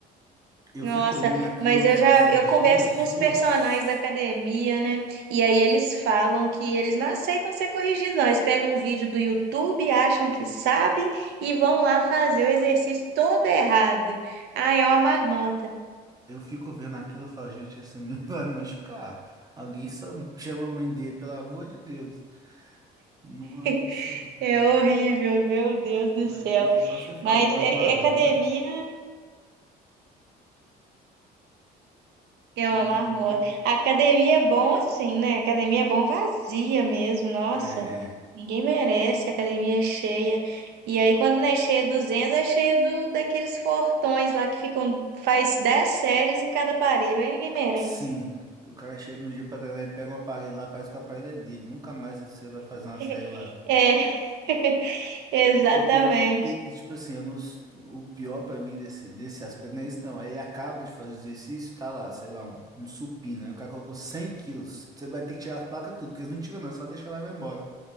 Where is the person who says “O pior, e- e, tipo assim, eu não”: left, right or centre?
Right